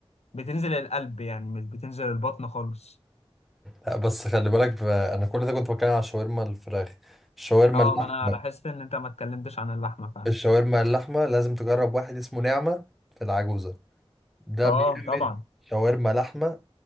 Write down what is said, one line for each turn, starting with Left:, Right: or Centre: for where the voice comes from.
Left: بتنزل القلب يعني مش بتنزل البطن خالص
Centre: لا بس خلي بالك آه، انا كل ده كنت بتكلم على الشاورما الفراخ الشاورما
Left: اه
Centre: اللحمه
Left: ما انا لاحظت ان انت ما اتكلمتش عن اللحمه فعلا
Centre: الشاورما اللحمه لازم تجرب واحد اسمه نعمه في العجوزه ده
Left: اه
Centre: بيعمل
Left: طبعا
Centre: شاورما لحمه